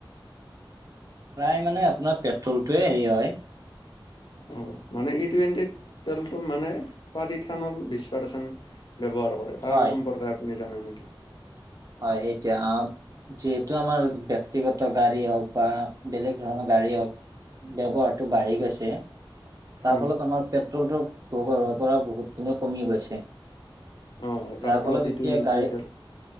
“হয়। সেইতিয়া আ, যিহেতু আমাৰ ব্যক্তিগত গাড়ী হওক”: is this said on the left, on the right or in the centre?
Right